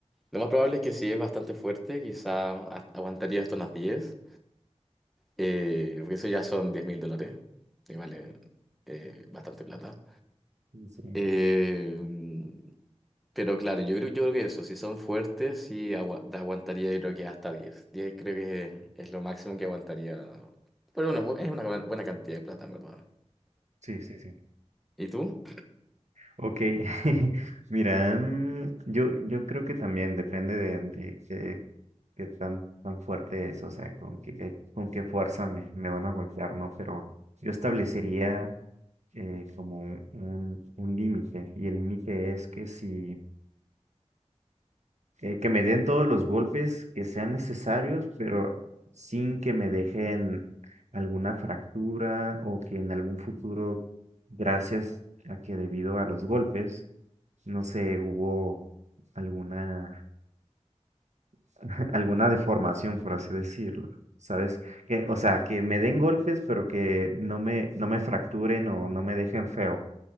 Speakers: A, in the centre; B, on the right.
A: Lo más probable es que sí es bastante fuerte, quizá a- aguantaría esto unas 10, eh, porque eso ya son diez mil dólares, y vale eh, bastante plata.
B: sí, sí.
A: Eh, pero claro, yo creo, yo creo que eso, si son fuertes, sí agua- aguantaría, yo creo que hasta diez diez creo que es lo máximo que aguantaría. Pero bueno, es una buena buena cantidad de plata, en verdad.
B: Sí, sí, sí.
A: ¿Y tú?
B: Ok, <laughs> mira, mm, yo, yo creo que también depende de, de qué, qué tan, tan fuerte es, o sea, con qué, con qué fuerza me, me van a golpear, ¿no? Pero yo establecería eh, como un, un- límite. Y el límite es que si, eh, que me den todos los golpes que sean necesarios, pero sin que me dejen alguna fractura o que en algún futuro, gracias a que debido a los golpes, no sé, hubo alguna, <laughs> alguna deformación, por así decirlo. ¿Sabes? Que, o sea, que me den golpes, pero que no me, no me fracturen o no me dejen feo.